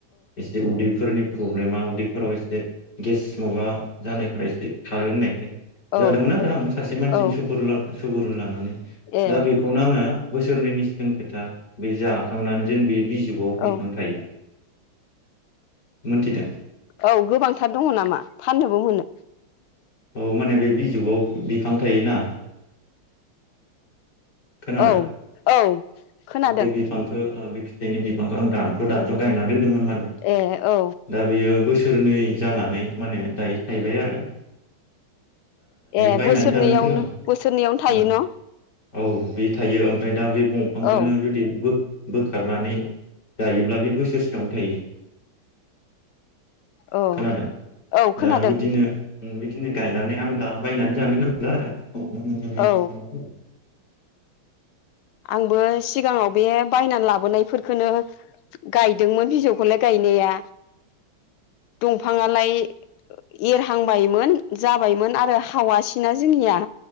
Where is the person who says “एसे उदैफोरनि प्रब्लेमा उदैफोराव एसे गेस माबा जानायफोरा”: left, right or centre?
Left